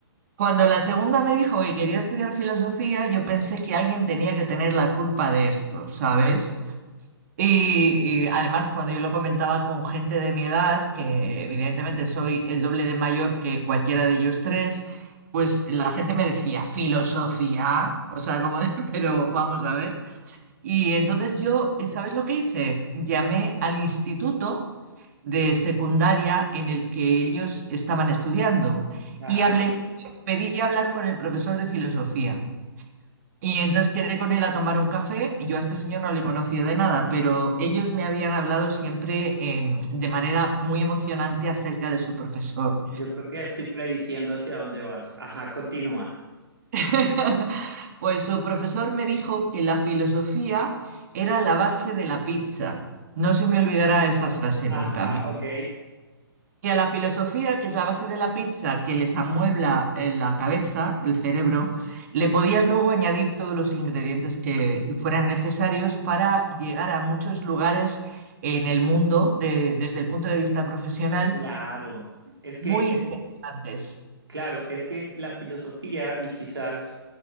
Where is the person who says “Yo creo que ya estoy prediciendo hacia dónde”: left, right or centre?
Right